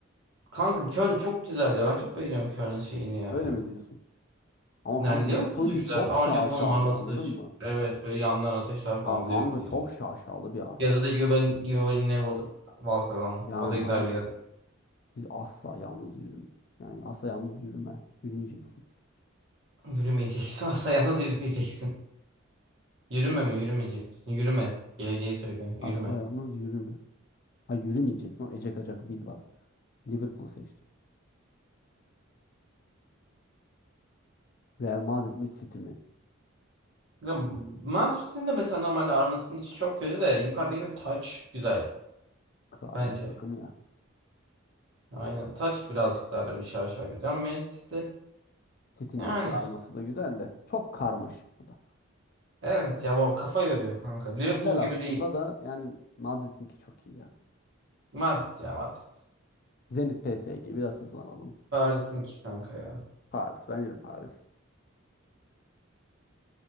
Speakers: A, on the right; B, on the left.
A: Kanka Köln çok güzel ya. Ben çok beğeniyorum Köln'ün şeyini ya.
B: Öyle mi diyorsun? Ama
A: Yani
B: kanka Liverpool'unki
A: Liverpool da güzel.
B: çok
A: Ama
B: şaşalı
A: Liverpool'un arması
B: anladın
A: da şey.
B: mı?
A: Evet böyle yandan ateşler falan
B: Ya kanka
A: Liverpool'da.
B: çok şaşalı bir arma.
A: Yazı
B: ya.
A: da You Will, you will Never Walk Alone.
B: Yani
A: O da
B: aynen.
A: güzel bir yazı.
B: Biz asla yalnız yürüme. Yani asla yalnız yürüme. Yürümeyeceksin.
A: Yürümeyeceksin. <laughs> Asla yalnız yürümeyeceksin. Yürüme mi? Yürümeyecek misin? Yürüme. Geleceği söylüyor. Yürüme.
B: Asla yalnız yürüme. Ha yürümeyeceksin. Orada Ecek Acak Will var. Liverpool seçtim. Real Madrid mi City mi?
A: Ya, Madrid'in de mesela normalde armasının içi çok kötü de yukarıdaki bir taç güzel
B: Kraliyet
A: bence.
B: takımı ya.
A: Aynen taç birazcık daha böyle bir şarj şarkı. Ama Manchester City
B: City'nin
A: yani
B: eski arması da güzel de. Çok karmaşık bu da.
A: evet ya bu kafa yoruyor kanka. Liverpool
B: Güzel
A: gibi
B: aslında
A: değil.
B: da yani Madrid'inki çok iyi ya.
A: Madrid ya Madrid.
B: Zenit PSG biraz hızlanalım.
A: Paris'inki kanka ya.
B: Paris bence de Paris.